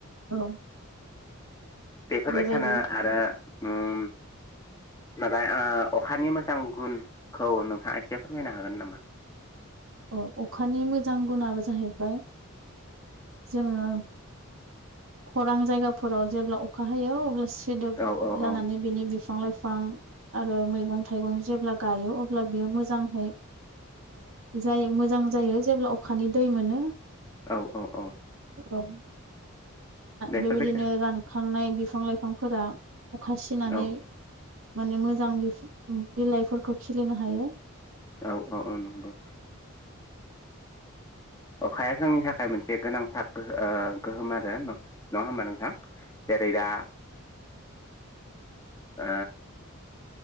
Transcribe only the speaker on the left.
बेफोरलाय
सानो आरो
उम माबा अखानि मोजां गुनखौ नोंथाङा एसे फोरमायनो हागोन नामा
औ औ
औ
औ औ औ
बेफोरबायसा
औ
औ औ नंगौ अखाया जोंनि थाखाय मोनसे गोनांथारो गोहोम आरो नङा होमबा नोंथां जेरैदा
ओ